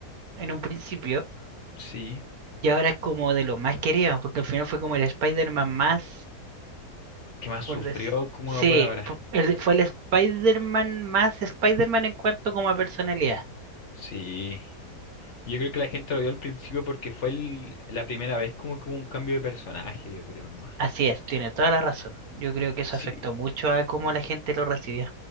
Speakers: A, on the right; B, on the left.
A: en un principio
B: Sí.
A: y ahora es como de lo más querido, porque al final fue como el Spider-Man más,
B: Que más
A: por
B: sufrió
A: des-
B: como
A: Sí,
B: por ahora.
A: fu- el- fue el Spider-Man más Spider-Man en cuanto como a personalidad.
B: Sí. Yo creo que la gente lo vio al principio porque fue el- la primera vez como que hubo un cambio de personaje, yo creo nomás.
A: Así es, tiene toda la razón. Yo creo que eso
B: Sí.
A: afectó mucho a cómo la gente lo recibió.